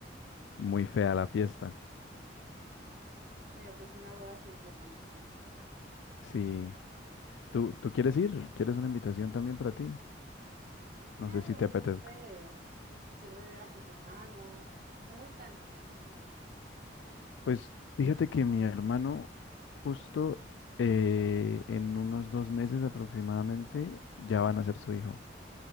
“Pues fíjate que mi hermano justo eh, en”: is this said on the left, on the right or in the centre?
Left